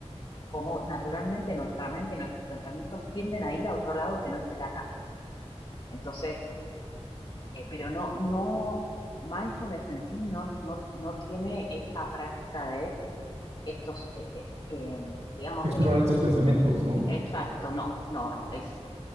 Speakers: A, on the left; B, on the right.
A: cómo naturalmente nuestra mente y nuestros pensamientos tienden a ir a otro lado que no es el acá. Entonces, Eh, pero no, no, mindfulness en sí no, no, no tiene esa práctica de estos, eh, eh, eh, digamos,
B: Explorar
A: de...
B: estos pensamientos, ¿no?
A: Exacto, no, no, no, es,